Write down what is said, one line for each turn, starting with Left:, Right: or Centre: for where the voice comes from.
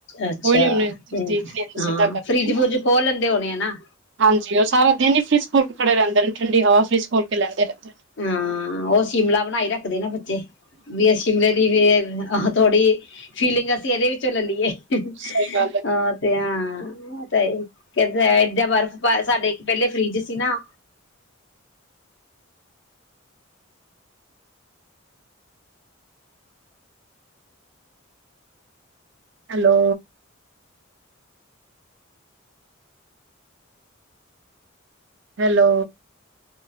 Left: ਅੱਛਾ
Right: ਕੋਈ ਨੀ ਉਹਨੇ
Left: ਤੇ
Right: ਦੇਖਦੇ ਆ ਸਿੱਧਾ
Left: ਹਾਂ
Right: ਕਰਦੇ
Left: ਫਰਿਜ
Right: ਆ।
Left: ਫਰੁਜ ਖੋਲ ਲੈਂਦੇ ਹੋਣੇ ਆ ਨਾ।
Right: ਹਾਂਜੀ, ਉਹ ਸਾਰਾ ਦਿਨ ਫਰੀ ਖੋਲ ਖੜੇ ਰਹਿੰਦੇ ਨੇ ਠੰਡੀ ਹਵਾ ਫਰੀਜ ਖੋਲ ਕੇ ਲੈਂਦੇ। ਰਹਿੰਦੇ ਨੇ।
Left: ਹਾਂ ਉਹ ਸ਼ਿਮਲਾ ਬਣਾਈ ਰੱਖਦੇ ਨਾ ਬਚੇ ਵੀ ਇਹ ਸ਼ਿਮਲੇ ਦੀ ਫੇਰ ਆਹ ਥੋੜੀ ਫੀਲਿੰਗ ਅਸੀਂ ਇਹਦੇ ਵਿੱਚੋਂ ਲੀਏ ਅਹ
Right: ਸਹੀ ਗੱਲ ਹੈ।
Left: ਤੇ ਆ ਤੇ ਕਹਿੰ ਏਦਾਂ ਬਰਫ਼ ਪਾ ਸਾਡੇ ਇੱਕ ਪਹਿਲੇ ਫਰਿਜ ਸੀ ਨਾ
Right: ਹੈਲੋ ਹੈਲੋ